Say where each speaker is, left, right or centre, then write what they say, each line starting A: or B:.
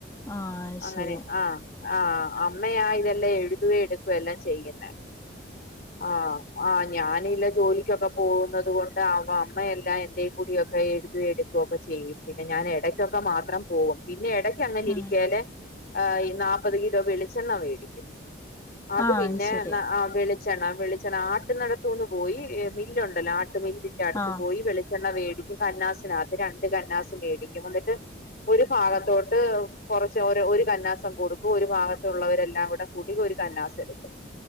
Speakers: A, on the left; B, on the left.
A: ആഹ്
B: അങ്ങനെ
A: ശരി
B: ആഹ് ആഹ് അമ്മയാ ഇതെല്ലാം എഴുതുകേം എടുക്കേം എല്ലാം ചെയ്യുന്നേ ആഹ് ആഹ് ഞാനില്ല ജോലിക്കൊക്കെ പോകുന്നത് കൊണ്ട് ആവാം അമ്മെല്ലാം എന്റെ കൂടിയൊക്കെ എഴുതേം എടുക്കുവോക്കെ ചെയ്യും പിന്നെ ഞാൻ എടയ്ക്കൊക്കെ മാത്രം പോവും പിന്നെ എട ഇജ് അങ്ങനെ
A: ഉം
B: ഇരിക്കേലെ ആ ഈ നാപ്പത് കിലോ വെളിച്ചെണ്ണ മേടിക്കും അത്
A: ആഹ്
B: പിന്നെ
A: ശരി
B: ആ വേളി <unintelligible> വളിച്ചെണ്ണ വെളിച്ചെണ്ണ ആട്ടുന്നടത്തുന്നു പോയി മില്ലുണ്ടല്ലോ <unintelligible> <unintelligible> അടുത്ത്
A: ആഹ്
B: പോയി വെളിച്ചെണ്ണ വേ <unintelligible> കന്നാസിനകത്ത് രണ്ട് കന്നാസ് മേടിക്കും എന്നിട്ട് ഒരു ഭാഗത്തോട്ട് കുറച്ച് ഓരോ ഒരു കന്നാസ് കൊടുക്കും ഒരു ഭാഗത്തള്ളവരെല്ലാം കൂടെ കൂടി ഒരു കന്നാസ് എടുക്കും